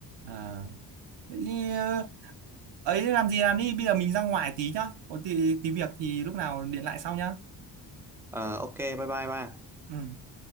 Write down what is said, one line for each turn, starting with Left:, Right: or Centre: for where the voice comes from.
Right: à thế thì, ờ, ấy làm gì làm đi bây giờ mình ra ngoài tí nhá có tí, tí việc thì lúc nào điện lại sau nhá
Centre: Ờ, ok bye bye ba
Right: ừ